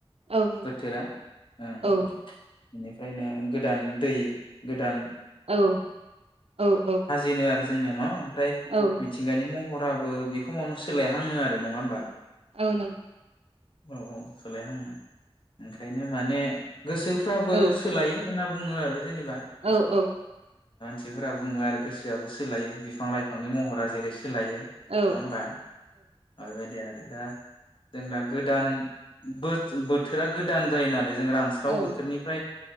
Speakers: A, on the right; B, on the left.
A: औ नंगौ
B: बोथोरा ओं
A: औ
B: बेनिफ्रायनो गोदान दै गोदान
A: औ औ औ
B: बेनो आरो जोंनिया न' फ्राय
A: औ
B: मिथिंगानि मुं हराबो बेखमावनो सोलायहाङो आरो नङा होमबा?
A: औ नोंग
B: औ औ सोलायहाङो ओंखायनो माने गोसोफ्राबो
A: औ
B: सोलायो। होनना बुङो आरो जेनेबा
A: औ औ
B: थिफोरा बुङो आरो गोस सोआबो सोलायो बिफां लाइफांनि महरा जेरै सो सोलायो नङा
A: औ
B: होमबा ओ बे बायदि आरो। दा जों दा गोदान बोथ-बोथोरा गोदान जायो नालाय जों रानस्राव
A: औ
B: बोथोरनिफ्राय